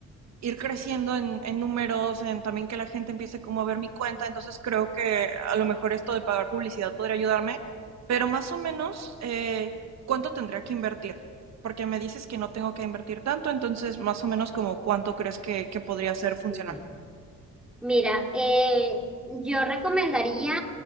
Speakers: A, on the right (about 60°); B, in the centre.
A: ir creciendo en, en, números, en también que la gente empiece como a ver mi cuenta, entonces creo que a lo mejor esto de pagar publicidad podría ayudarme, pero más o menos, eh, ¿cuánto tendría que invertir? Porque me dices que no tengo que invertir tanto, entonces más o menos como cuánto crees que, que podría ser funcional.
B: Sí. Mira, eh, yo recomendaría